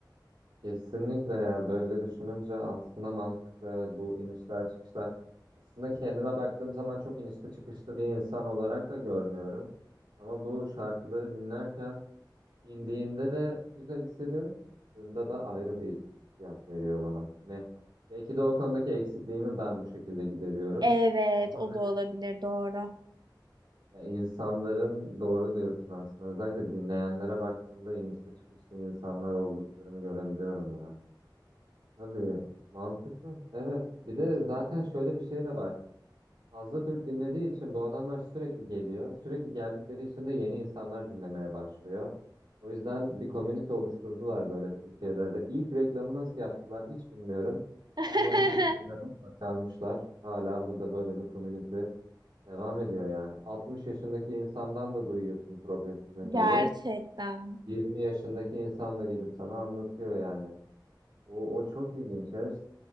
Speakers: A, on the right; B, on the right.
A: Kesinlikle ya böyle düşününce aslında mantıklı evet bu inişler çıkışlar aslında kendime baktığım zaman çok inişli çıkışlı bir insan olarak da görmüyorum ama bu şarkıları dinlerken İndiğinde de güzel hissediyorum. Çıktığında da ayrı bir hissiyat veriyor bana. Hani belki de o konudaki eksikliğimi ben bu şekilde gideriyorum.
B: Evet,
A: Ama
B: o
A: hani
B: da olabilir, doğru.
A: ya insanların doğru diyorsun aslında. Özellikle dinleyenlere baktığımda inişte çıkışlı insanlar olduklarını görebiliyorum ya. Tabii mantıklı. Evet. Bir de zaten şöyle bir şey de var. Fazla Türk dinlediği için bu adamlar sürekli geliyor. Sürekli geldikleri için de yeni insanlar dinlemeye başlıyor. O yüzden bir komünite oluşturdular böyle Türkiye'de ve ilk reklamı nasıl yaptılar hiç bilmiyorum.
B: <laughs>
A: Ama bir şekilde yapıp başarmışlar. Hala burada böyle bir komünite devam ediyor yani. 60 yaşındaki insandan da duyuyorsun progresif metali.
B: Gerçekten.
A: 20 yaşındaki insan da gelip sana anlatıyor yani. O, o çok ilginç ya. İşte